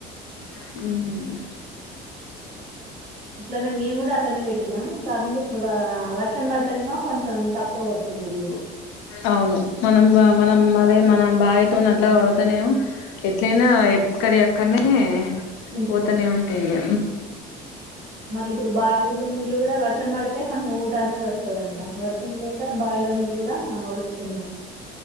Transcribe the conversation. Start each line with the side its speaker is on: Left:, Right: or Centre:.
Left: ఉమ్
Right: ఇట్లనే మేము కూడా అట్లనే పెట్టినాము కాకుండా ఇప్పుడు వా వర్షం పడితేనేమో కొంచెం తప్పు అవ్వద్దు. ఉన్నా ఇల్లు
Left: అవును మనం మనం అదే మన బావితో అట్లా వాడతనేమో ఎట్లయినా ఎక్కడి అక్కడ నే
Right: ఇంకిపోతు
Left: పోతూనే ఉంటాయి ఇగ
Right: మళ్ళీ ఇప్పుడు బావి లో నీళ్ళు కూడా వర్షం పడితే కొంచెం ముఠా నుంచి వస్తాడంట వర్ష్ తుమ్ లోస బావిలో నీళ్ళు కూడా మన్ డుస్తున్నాయి